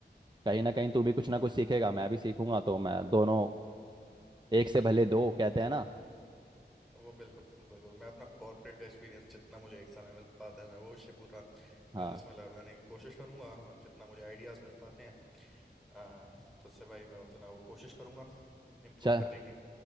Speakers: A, on the right (about 25°); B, in the centre.
A: कहीं ना कहीं तू भी कुछ ना
B: हाँ
A: कुछ सीखेगा मैं भी सीखूंगा तो मैं दोनों एक से भले दो
B: हम्म।
A: कहते हैं ना
B: वो बिल्कुल बिल्कुल मैं अपना कॉर्पोरेट का एक्सपीरियंस जितना मुझे एक साल में मिल पाता है मैं वो उसे पूरा
A: हाँ
B: बिजनेस में लगाने की कोशिश करूंगा और जितना मुझे आइडियाज़ मिल पाते हैं आ, तो उससे भाई मैं उतना वो कोशिश करूंगा इम्प्रूव
A: चल
B: करने की